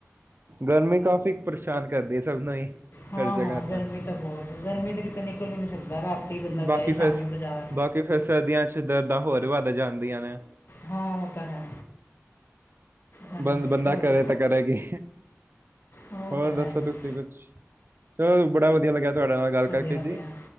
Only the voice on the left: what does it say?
ਹਾਂ-
ਹਾਂ ਗਰਮੀ ਤਾਂ ਬਹੁਤ ਗਰਮੀ ਤਾਂ ਕਿਤੇ ਨਿਕਲ ਵੀ ਨਹੀਂ ਸਕਦਾ, ਰਾਤੀ ਬੰਦਾ ਜਾਏ
ਸ਼ਾਮੀ ਬਾਜ਼ਾਰ।
ਹਾਂ ਉਹ ਤਾਂ ਹੈ ਹਾਂਜੀ
ਹੋਰ
ਉਹ
ਤਾਂ ਹੈ
ਜੀ
ਵਧੀਆ
ਵਧੀਆ